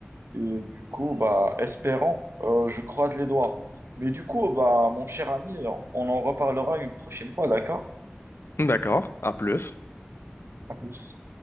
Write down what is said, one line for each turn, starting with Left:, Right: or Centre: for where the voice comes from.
Right: Et du coup, bah, espérons, Euh, je croise les doigts. Mais du coup, bah, mon cher ami, on en reparlera une prochaine fois, d'accord?
Left: D'accord, à plus.
Right: À plus.